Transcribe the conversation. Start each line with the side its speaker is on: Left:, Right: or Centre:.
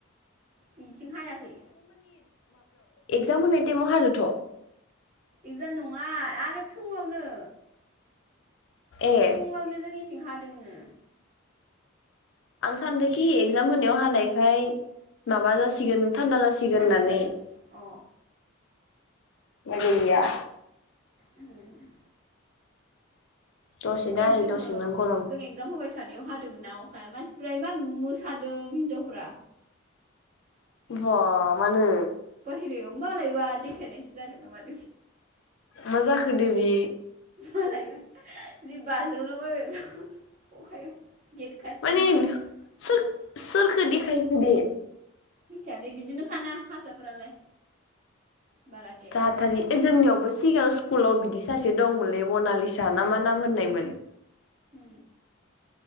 Right: बिथिं हायाखै
Left: एक्जामप होनाय ताइम आउ हादों ठ
Right: इकजाम नङा आरो फुङावनो
Left: ए
Right: फुङावनो जोंनि थिंहा दोङनो
Left: आं सानदोंखि एक्जाम होनायाव हानायखाय माबा जासिगोन
Right: उम
Left: थान्दा जासिगोन
Right: थान्दा
Left: होननानै।
Right: जागोन अ
Left: मागै गैया
Right: हुम।
Left: दसेनो हायै
Right: जोङो
Left: दसे नो गरम।
Right: जों एगजाम होबाय थानायाव हादोंमोनना अखाया मानसिफ्रा इमान मोसादों हिनजावफोरा
Left: बा मानो
Right: बाहेरायाव मालायबा देखायनायसै। जादों ना मादों
Left: माजाखो दे बे?
Right: मालायबा जि बाज्र'ना बायबाय अखायाव गेट खाथियाव
Left: माने
Right: माबायाव
Left: सोर
Right: बेयाव
Left: सोरखो देखायखो दे।
Right: मिथियालै बिदिनो खाना हारसाफोरालाय। बाराके
Left: जाथारि ओ जोंनियावबो सिगाङां स्कुलाव बिदि सासे दंमोनलै बनालिसा ना मा नाम होननायमोन।
Right: ए